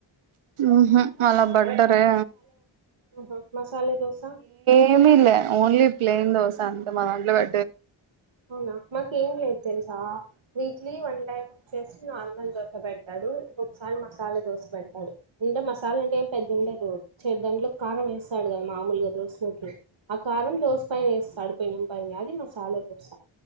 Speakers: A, on the right; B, on the right.
A: ఉహు మళ బడ్డరే
B: ఓహా మసాలా దోస
A: ఏమల్ ఓన్లీ ప్లేయిన్ దోస అంతంట మాంల వె
B: అవునా మాక ఏం లేదు తెలుసా వీక్లీ వన్ టై వచ్చేసి నార్మల్ తొక్క పెడ్తాడు ఒకసారి మసాలా దోసె పెడతాడు అంటే మసాలా అంటే ఏం పెద్ద ఉండదు చ్చే దాంట్లో కారం వేస్తాడు కదా మామూలుగా దోసు లోకి ఆ కారం దోశ పైనేస్తాడు పెనుం పై అది మసాలా దోస